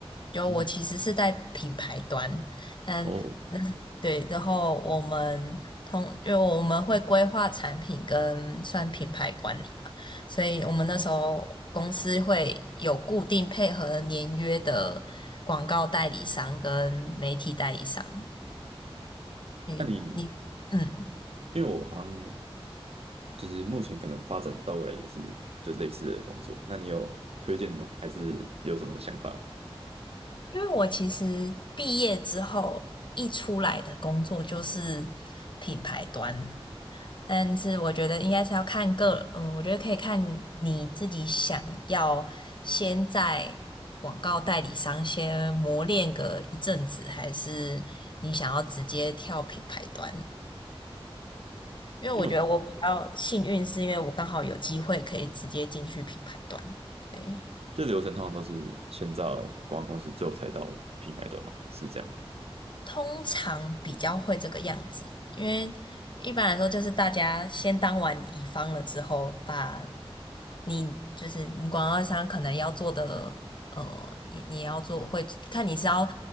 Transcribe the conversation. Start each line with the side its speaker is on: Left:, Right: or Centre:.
Left: 就我其实是在品牌端，
Right: 嗯，
Left: 但那对，
Right: 哦，
Left: 然后我们通，因为我们会规划产品跟算品牌管理吧，所以我们那时候公司会有固定配合年约的广告代理商跟媒体代理商，对，
Right: 那你
Left: 你。嗯。
Right: 因为我好像就是目前可能发展到未来也是就类似的工作，那你有推荐的吗？还是有什么想法吗
Left: 因为我其实毕业之后一出来的工作就是品牌端，但是我觉得应该是要看个，嗯，我觉得可以看你自己想要先在广告代理商先磨练个一阵子，还是你想要直接跳品牌端？因为我觉得我比较幸运，
Right: 因为我
Left: 是因为我刚好有机会可以直接进去品牌端，对。
Right: 这流程通常都是先到广告公司，最后才到品牌端嘛，是这样
Left: 通常比较会这个样子，因为一般来说就是大家先当完乙方了之后，把你就是你广告商可能要做的，呃，你你要做会看你是要